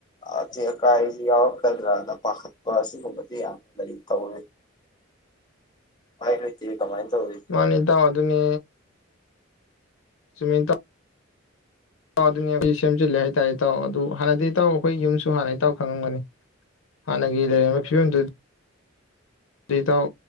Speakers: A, on the left; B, on the left.
A: ꯑꯇꯦꯛ ꯑꯀꯥꯏꯁꯤ ꯌꯥꯎꯔꯛꯀꯗ꯭ꯔꯅ ꯄꯥꯈꯠꯄ ꯑꯁꯤꯒꯨꯝꯕꯗꯤ ꯌꯥꯝ ꯂꯩ ꯇꯧꯋꯦ ꯕꯥꯏ ꯅꯣꯏꯆꯦ ꯀꯃꯥꯏꯅ ꯇꯧꯔꯤ
B: ꯃꯥꯅꯤ ꯏꯇꯥꯎ ꯑꯗꯨꯅꯤ ꯆꯨꯃꯤ ꯇꯥꯎ ꯇꯥꯎ ꯑꯗꯨꯅꯦ ꯁꯦꯝꯖꯤꯜꯂꯦ ꯍꯥꯏꯇꯥꯔꯦ ꯇꯥꯎ ꯑꯗꯨ ꯍꯥꯟꯅꯗꯤ ꯇꯥꯎ ꯑꯩꯈꯣꯏ ꯌꯨꯝꯁꯨ ꯍꯥꯟꯅꯩ ꯏꯇꯥꯎ ꯈꯪꯉꯝꯒꯅꯤ ꯍꯅꯒꯤꯔꯦ ꯐꯤꯕꯝ ꯗꯨꯗꯤ ꯏꯇꯥꯎ